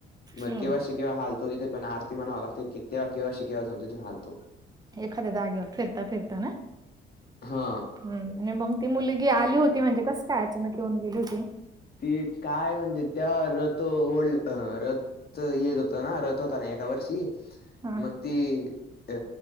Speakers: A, on the left; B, on the right.
A: मग
B: हम्म
A: केव्हा शिकेव्हा हलतो तिथे पण आरती म्हणावी लागते तेव्हा केव्हा शिकेवा जाऊन तिथे हलतो
B: एखाद्या जागेवर फिरता-फिरता ना?
A: हा
B: हम्म, आणि मग ती मुलगी आली होती, म्हणजे कस काय अचानक येऊन गेली होती.
A: ती काय म्हणजे त्या रथ ओढला अ रथ त येत होता ना रथ होता ना एका वर्षी
B: हा
A: मग ती अ